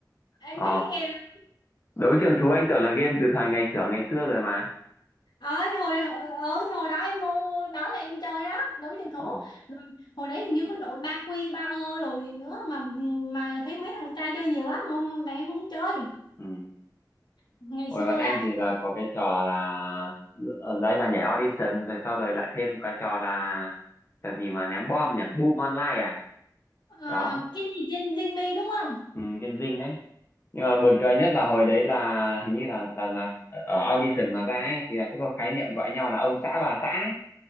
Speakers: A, on the left; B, on the left.
A: anh
B: Ờ,
A: biết cái game đó
B: đấu trường thú anh tưởng là game từ thời ngày xưa ngày xưa rồi mà.
A: ờ thì hồi ờ ờ, thì hồi đó em mua đó là em chơi đó đấu trường thú
B: Ờ,
A: rồi hồi đấy hình như có nội ba quy ba ơ rồi gì nữa mà mà thấy mấy thằng trai chơi nhiều lắm không mẹ không chơi
B: ừ.
A: ngày
B: Hồi
A: xưa
B: bọn anh
A: là
B: thì là có cái trò là ờ, đấy là nhảy audition rồi sau rồi lại thêm cái trò là trò gì mà ném bom nhỉ? Boom online à?
A: ờ,
B: Đó,
A: cái gì trên Zing Me đúng không
B: ừ, game dinh đấy. nhưng mà buồn cười nhất là hồi đấy là hình như là là là ở audition mà ra ấy, thì là cứ có khái niệm gọi nhau là ông xã bà xã ấy.